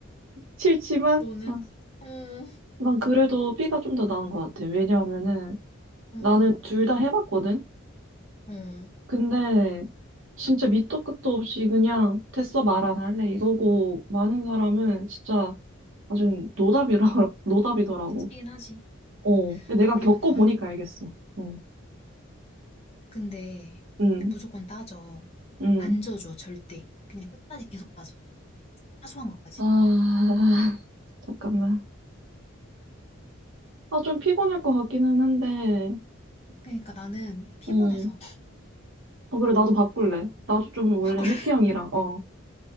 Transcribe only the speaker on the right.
싫지만,
아,
난 그래도 B가 좀 더 나은 것 같아. 왜냐하면은,
나는 둘 다 해봤거든?
근데, 진짜 밑도 끝도 없이 그냥, 됐어, 말 안 할래. 이러고, 많은 사람은 진짜, 아주 노답이라, <laughs> 노답이더라고.
어, 내가
겪어보니까 알겠어. 응,
응,
응.
아, <laughs> 잠깐만. 아, 좀 피곤할 것 같기는 한데,
응.
어, 그래, 나도 바꿀래. 나도 좀 원래
회피형이라, 어.